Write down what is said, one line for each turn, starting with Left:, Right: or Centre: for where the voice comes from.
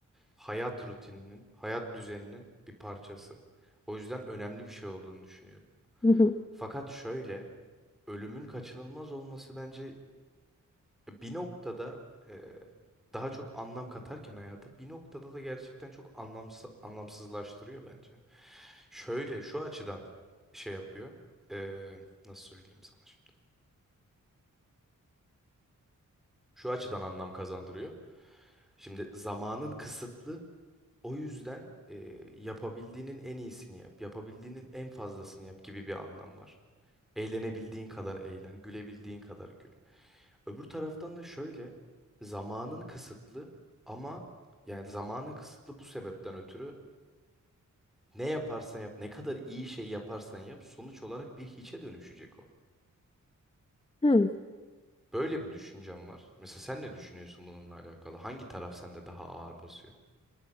Centre: hayat rutininin, hayat düzeninin bir parçası. O yüzden önemli bir şey olduğunu düşünüyorum.
Left: Hı hı.
Centre: Fakat şöyle, ölümün kaçınılmaz olması bence bir noktada e, daha çok anlam katarken hayata bir noktada da gerçekten çok anlamsız, anlamsızlaştırıyor bence. Şöyle şu açıdan şey yapıyor. e, nasıl söyleyeyim sana şimdi? Şu açıdan anlam kazandırıyor. Şimdi zamanın kısıtlı O yüzden e, yapabildiğinin en iyisini yap, yapabildiğinin en fazlasını yap gibi bir anlam var. Eğlenebildiğin kadar eğlen, gülebildiğin kadar gül. Öbür taraftan da şöyle, zamanın kısıtlı ama yani zamanın kısıtlı bu sebepten ötürü ne yaparsan yap, ne kadar iyi şey yaparsan yap, sonuç olarak bir hiçe dönüşecek o.
Left: Hı.
Centre: Böyle bir düşüncem var. Mesela sen ne düşünüyorsun bununla alakalı? Hangi taraf sende daha ağır basıyor?